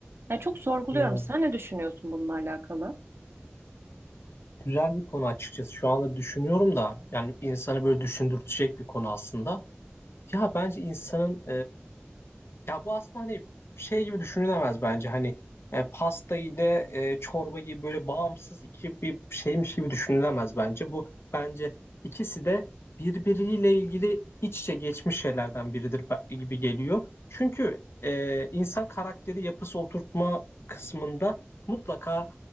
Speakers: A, on the right (about 70°); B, on the left (about 75°).
A: Yani çok sorguluyorum
B: hmm.
A: sen ne düşünüyorsun bununla alakalı?
B: Güzel bir konu açıkçası. Şu anda düşünüyorum da yani insanı böyle düşündürtecek bir konu aslında. Ya bence insanın Ya bu aslında hani şey gibi düşünülemez bence hani e, pasta ile e, çorba gibi böyle bağımsız iki bir şeymiş gibi düşünülemez bence. Bu bence ikisi de birbiriyle ilgili iç içe geçmiş şeylerden biridir be- gibi geliyor. Çünkü e, insan karakteri yapısı oturtma kısmında mutlaka